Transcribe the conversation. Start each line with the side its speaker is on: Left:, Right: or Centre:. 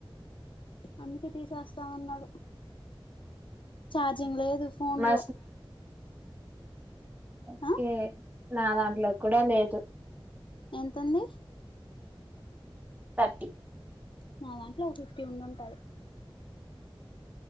Left: అందుక తీసేస్తామన్నాడు చార్జింగ్ లే ఫోన్
Right: మా
Left: లో
Right: ఒకే
Left: ఆ
Right: నాదా ఇలో కుడా లేదు
Left: ఎంతంది
Right: థర్టీ
Left: మా దాంట్లో ఒక ఫిఫ్టీ ఉండింటది